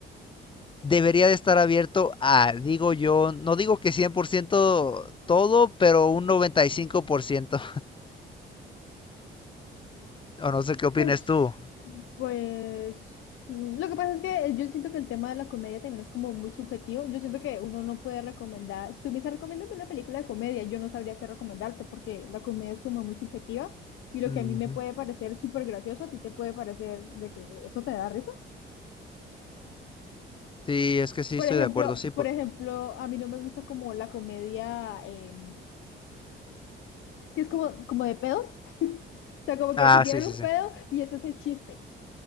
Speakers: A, on the left; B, on the left.
A: debería de estar abierto a, digo yo, no digo que 100% todo, pero un noventa y cinco por ciento <laughs> O no sé qué opinas
B: Pues,
A: tú.
B: pues, mm, lo que pasa es que yo siento que el tema de la comedia también es como muy subjetivo. Yo siento que uno no puede recomendar, si tú me dices, recomiéndame una película de comedia, yo no sabría qué recomendarte porque la comedia es como muy subjetiva y lo
A: Ujú.
B: que a mí me puede parecer súper gracioso, a ti te puede parecer de que eso te da risa.
A: Sí, es que sí,
B: Por
A: estoy
B: ejemplo,
A: de acuerdo, sí. Por...
B: por ejemplo, a mí no me gusta como la comedia em, que es como, como de pedos, <laughs> o sea, como
A: Ah,
B: que se tiran
A: sí, sí,
B: un
A: sí.
B: pedo y ese es el chiste.